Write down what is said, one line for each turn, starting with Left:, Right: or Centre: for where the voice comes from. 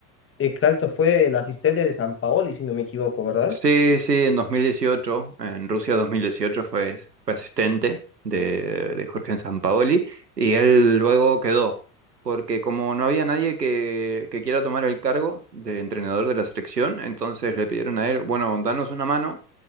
Left: exacto, fue el asistente de San Paoli, si no me equivoco, ¿verdad?
Right: Sí, sí, en 2018, en Rusia 2018 fue, fue asistente de, de Jorge Sampaoli y él luego quedó, porque como no había nadie que, que quiera tomar el cargo de entrenador de la selección, entonces le pidieron a él, bueno, danos una mano